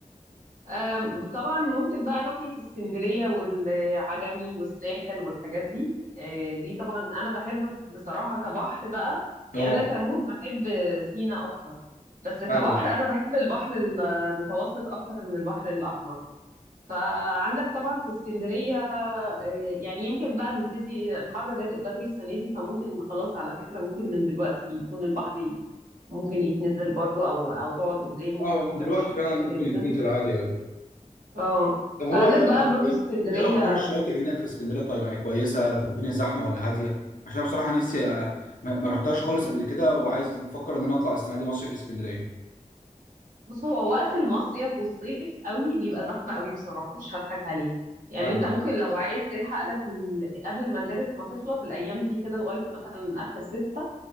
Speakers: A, on the right; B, on the left.
A: أم، طبعا ممكن بقى ناحية اسكندرية والعجمي والساحل والحاجات دي أه، دي طبعا أنا بحب بصراحة كبحر بقى يعني
B: اه
A: أنا كمود بحب سينا أكتر بس كبحر
B: ايوه
A: أنا بحب البحر المتوسط أكتر من البحر الأحمر فعندك طبعا في اسكندرية أه، يعني يمكن بقى نبتدي الحر بادئ بدري السنة دي فممكن خلاص على فكرة ممكن من دلوقتي يكون البحر ي- ممكن يتنزل برضو أو أو تقعد قدامه
B: اه
A: لو
B: من
A: أنت
B: دلوقتي
A: مش بتحب
B: فعلا
A: تنزل
B: ممكن يتنزل عادي ايوه
A: اه
B: طب
A: فعندك
B: هو ايه
A: بقى
B: طب
A: برضو
B: ايه
A: اسكندرية
B: ايه اخبار الشواطئ هناك في اسكندرية طيب يعني كويسة طب الدنيا زحمة ولا هادية عشان بصراحة نفسي اه، ما ما رحتهاش خالص قبل كده وعايز بفكر ان انا اطلع السنة دي مصيف في اسكندرية
A: بص هو وقت المصيف والصيف قوي بيبقى زحمة قوي بصراحة مش هضحك عليك يعني
B: ايوه
A: انت ممكن لو عايز تلحق لك ال... قبل المدارس ما تخلص الايام دي كده لغاية مثلا اخر ستة